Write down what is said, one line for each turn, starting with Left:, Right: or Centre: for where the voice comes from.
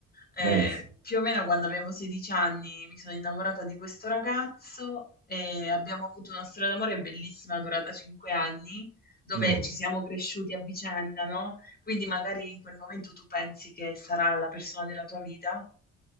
Left: Eh,
Right: eh sì.
Left: più o meno quando avevo 16 anni mi sono innamorata di questo ragazzo e abbiamo avuto una storia d'amore bellissima durata 5 anni, dove
Right: Mm,
Left: ci siamo cresciuti a vicenda, no? Quindi magari in quel momento tu pensi che sarà la persona della tua vita.